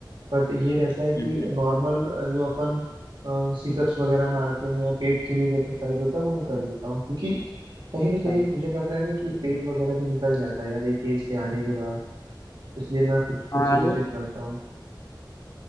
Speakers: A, on the right (about 75°); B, on the left (about 40°).
A: बट ये रहता है कि
B: हम्म हम्म,
A: नॉर्मल जो अपन सिटअप्स वगैरह मारते हैं पेट के लिए जो एक्सरसाइज होता है वो मैं कर लेता हूँ क्योंकि कहीं ना कहीं
B: हाँ
A: मुझे लग रहा है ना कि पेट वगैरह भी निकल जाता है यार एक एज पे आने के बाद इसलिए मैं कुछ खुद
B: हाँ
A: से कोशिश
B: ये
A: करता हूँ